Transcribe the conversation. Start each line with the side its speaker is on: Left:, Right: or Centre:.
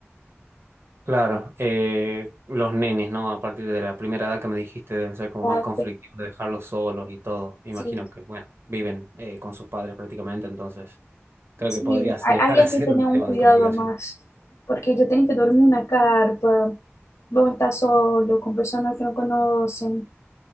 Right: Claro, eh, los nenes, ¿no? A partir de la primera edad que me dijiste deben ser como
Left: Ah,
Right: más conflictivos de dejarlos solos y todo. Me
Left: sí,
Right: imagino que, bueno, viven eh, con sus padres prácticamente, entonces creo
Left: sí,
Right: que podrías
Left: a-
Right: <laughs> llegar
Left: ahí hay
Right: a ser
Left: que tener
Right: un
Left: un
Right: tema
Left: cuidado
Right: de complicación.
Left: más, porque yo tengo que dormir en una carpa, vos estás solo, con personas que no conocen,